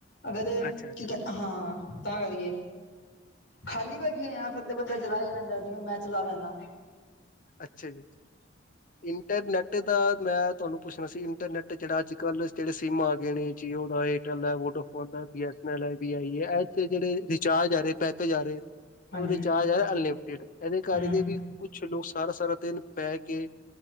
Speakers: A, on the left; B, on the left.
A: ਅਗਰ
B: ਅੱਛਾ ਅੱਛਾ
A: ਕੀ ਕਹ ਹਾਂ, ਤਾਂ ਕਰ ਇਏ ਖਾਲੀ ਬੈਠੇਂ ਆਂ, ਫਿਰ ਤੇ ਬੰਦਾ ਚਲਾ ਹੀ ਲੈਂਦਾ, ਜਿਵੇਂ ਮੈਂ ਚਲਾ ਲੈਂਨਾ।
B: ਅੱਛਾ ਜੀ। ਇੰਟਰਨੈੱਟ ਦਾ ਮੈਂ ਤੁਹਾਨੂੰ ਪੁੱਛਣਾ ਸੀ, ਇੰਟਰਨੈੱਟ ਜਿਹੜਾ ਅੱਜ ਕੱਲ੍ਹ ਜਿਹੜੇ ਸੀਮਾਂ ਜਾਣੇ ਜੀਓ, ਉਹਦਾ ਏਅਰਟੈਲ ਏ, ਵੋਡਾ ਆਦਾਂ ਬੀ ਐਸ ਅਨ ਲ ਐ, ਬੀ ਆਈ ਈ ਹੈ, ਐ ਤੇ ਜੇੜੇ ਰੀਚਾਰਜ ਆ ਰਹੇ, ਪੈਕੇਜ ਆ ਰਹੇ
A: ਹਾਂਜੀ
B: ਉਹ ਰਿਚਾਰਜ ਐ ਅਨਲਿਮਟਿਡ, ਇਹਦੇ ਕਰਕੇ
A: ਹਮ
B: ਵੀ ਕੁੱਛ ਲੋਕ ਸਾਰਾ ਸਾਰਾ ਦਿਨ ਪੈਅ ਕੇ,